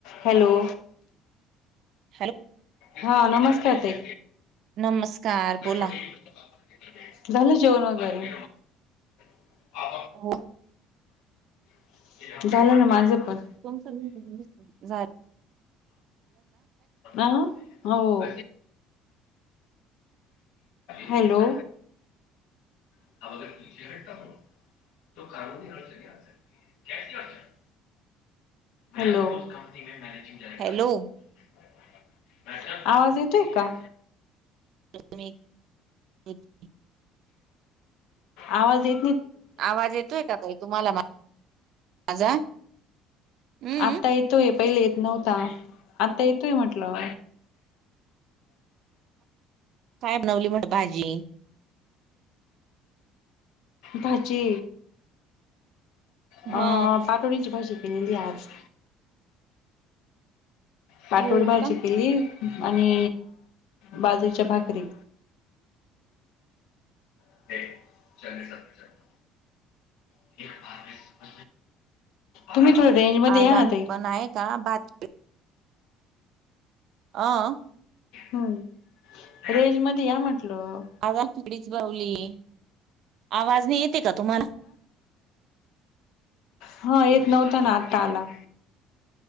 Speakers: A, on the left (about 80°); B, on the right (about 50°).
A: Hello.
B: Hello.
A: हा, नमस्कार ताई.
B: नमस्कार. बोला.
A: <inaudible> झालं जेवण वगैरे. <inaudible>
B: हो.
A: <inaudible> झालं ना माझं पण.
B: तुमचं <unintelligible> झा
A: अं. हो-हो. <inaudible> हॅलो. <unintelligible> हॅलो. <unintelligible>
B: हॅलो
A: आवाज येतोय का?
B: <unintelligible>
A: <inaudible> आवाज ये
B: आवाज येतोय का ताई तुम्हाला माझा. हह्म.
A: आता येतोय पहिले येत नव्हता, आता येतोय म्हटलं.
B: थाठ लावली <unintelligible> भाजी.
A: भाजी अं
B: हा.
A: पाटोळींची भाजी केलेली आज. पाटोळी
B: हो
A: भाजी
B: का.
A: केली आणि बाजरीच्या भाकरी. <inaudible> <inaudible> तुम्ही थोडं रेंज मध्ये
B: आज
A: याना
B: आम्ही
A: ताई.
B: पण आहे का भात अं.
A: हो. रेंज मध्ये या म्हटलं.
B: <unintelligible> खिचडीच बनवली ये. आवाज नाही येतेय का तुम्हाला?
A: हं येत नव्हता ना, आत्ता आला.